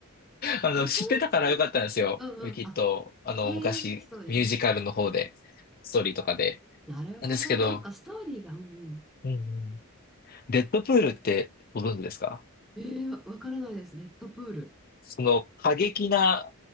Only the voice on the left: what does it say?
あの、
知ってたからよかったんですよ。
ウィキッド、
あの、
昔、
ミュージカルの方で、ストーリーとかで。
なんですけど、
うんうんデッドプールってご存知ですか
その過激な、